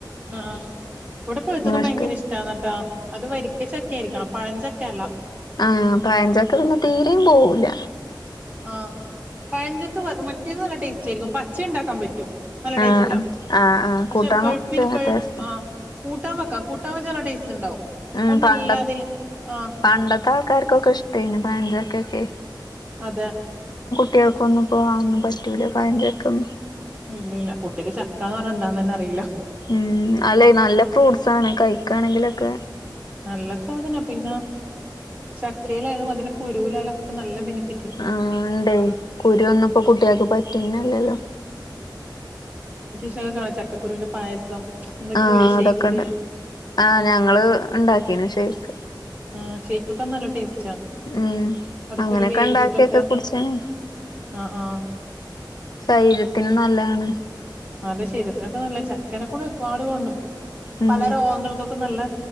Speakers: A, on the right; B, on the left.
A: ആഹ ഇവിടെ പോയത്തതും ഭയങ്കര
B: ഇഷ്ടല്ല
A: ഇഷ്ടമാന്നട്ടാ അത് വരിക്ക ചക്ക ആയിരിക്കണം പഴഞ്ചക്ക കേല
B: ആഹ പയഞ്ചക്കെ പിന്നെ തീരയും പോവൂല
A: ആഹ പഴഞ്ചൊക്കെ മറ്റേന്ന് നല്ല ടേസ്റ്റ് ആയിരിക്കും പച്ച ഉണ്ടാക്കാൻ പറ്റും
B: ആഹ്
A: നല്ല ടേസ്റ്റാ
B: ആഹ് ആഹ് ആഹ്
A: പക്ഷെ
B: കൂട്ടാൻ
A: പഴുപ്പിന്
B: വെച്ചാ നല്ല
A: പു
B: ടേസ്റ്റാ
A: ആ കൂട്ടമ വക്ക കൂാ വച്ച ച ടസ്റ്റ് ഉണ്ടാവും
B: ഉം
A: അത്
B: പണ്ട
A: നല്ല അതില് ആ
B: പണ്ടത്തെ ആൾക്കാർക്കൊക്കെ ഇഷ്ടായിന് പഞ്ചക്കൊക്കെ
A: അതെ
B: കുട്ടികൾക്കൊന്നും പോക ഒന്നും പറ്റൂല ഭയചൊക്കും
A: ഇല്ലല്ല കുട്ടിക്ക് ചക്ക എന്ന് പറഞ്ഞ എന്താന്ന് തന്നെ അറിയില്ല
B: ഉം അല്ലെ നല്ല ഫ്രൂട്ട്സ് ആണ് കഴ ക്കുകയാണെങ്കിലൊക്കെ
A: നല്ല സാധനാ പിന്നെ ചക്കയിലാലും അതിന്റെ കുരുവിലാലും നല്ല ബെഫ
B: ആഹ ഉണ്ടേ കുരു ഒന്നപ്പോ കുട്ടിയക്ക് പറ്റുന്നല്ലല്ലോ
A: ൾ ചക്കുരുവിൻന്റെ പായസം എന്തൊക്കെയോല്ലേ
B: ആഹ
A: ഷെയ്ക്ക്
B: അതൊക്കെണ്ട് ആഹ ഞങ്ങള് ഉണ്ടാക്കി പിന്ന ശേക്ക്
A: ആ ഷെയ്ക്കൊക്കെ നല്ല ടേസ്റ്റാ
B: ഉം
A: അത്
B: അങ്ങനെയൊക്കെ
A: കുരു വേവിച്ചിട്ടൊക്കെ
B: ഉണ്ടാക്കിയൊക്കെ കുടിച്ചേന
A: ആ ആ
B: ശരീരത്തിന് നല്ലതാണ് ആ
A: അതെ ശരീരത്തിനൊക്കെ നല്ല ചക്കനെ കൊണ്ട് ഒരുപാട് കൊണ്ടും
B: ഉം
A: പല രോഗങ്ങൾക്കൊക്കെ നല്ല